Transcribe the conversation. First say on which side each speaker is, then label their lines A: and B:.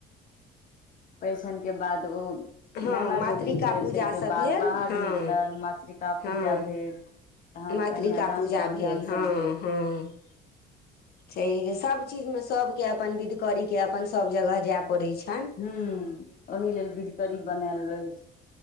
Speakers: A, on the left (about 50°); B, on the left (about 70°).
A: परिछनके बाद ओ।
B: हँ
A: नैना
B: मातृका
A: जोगिन भेल,
B: पूजा
A: ताहिके
B: सब
A: बाद
B: भेल
A: बाहर
B: हँ
A: निकलल, मातृका
B: हँ
A: पूजा भेल। तखन
B: मातृका
A: कन्यादानकेँ
B: पूजा
A: ओरियान
B: भेल हँ
A: सभ भेल।
B: हँ छै, सभ चीजमे सभकेँ अपन विधि करै, अपन सभ जगह जाय पड़ैत छै।
A: हँ, ओहि लेल विधिकरी बनाओल रहै छै।